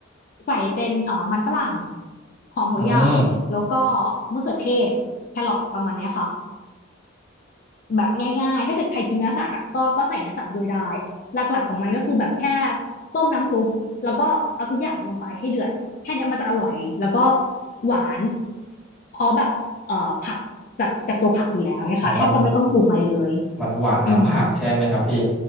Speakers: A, on the left; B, in the centre.
A: ใส่เป็นเอ่อมันฝรั่งหอมหัวใหญ่
B: อืม
A: แล้วก็มะเขือเทศแครอทประมาณเนี้ยค่ะแบบง่ายๆถ้าเกิดใครกินเนื้อสัตว์อะก็ก็ใส่เนื้อสัตว์โด้วยได้หลักๆของมันก็คือแบบแค่ต้มน้ำซุปแล้วก็เอาทุกอย่างลงไปให้เดือดแค่เนี้ยมันจะอร่อยแล้วก็หวานเพราะแบบเอ่อผักจากจากตัวผักอยู่แล้วเนี่ยค่ะแทบจะไม่ต้องปรุงอะไรเลย
B: อ๋อมันมันหวานน้ำผักใช่ไหมครับพี่
A: อืม